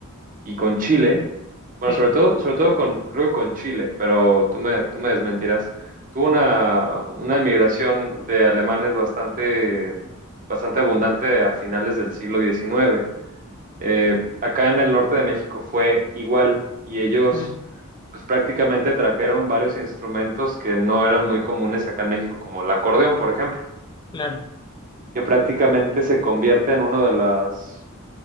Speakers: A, on the right; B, on the left.
A: y con Chile, Bueno,
B: Sí,
A: sobre todo, sobre todo con, creo que con Chile, pero tú me, tú me desmentirás. Tuvo una, una emigración de alemanes bastante, bastante abundante a finales del siglo XIX. Eh, acá en el norte de México fue igual y ellos
B: mm,
A: pues, prácticamente trajeron varios instrumentos que no eran muy comunes acá en México, como el acordeón, por ejemplo,
B: claro,
A: que prácticamente se convierte en uno de las,